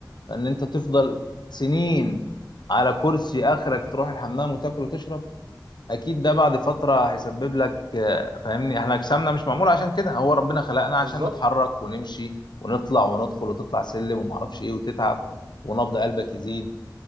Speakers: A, on the left; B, on the right.
A: فان انت تفضل سنين على كرسي اخرك تروح الحمام وتاكل وتشرب اكيد ده بعد فتره هيسبب لك آه، فاهمني احنا جسمنا مش معمول عشان كده هو ربنا خلقنا
B: بالظبط
A: عشان نتحرك ونمشي
B: م-
A: ونطلع
B: م-
A: وندخل وتطلع سلم ومعرفش
B: م-
A: ايه وتتعب
B: م-
A: ونبض قلبك
B: م-
A: يزيد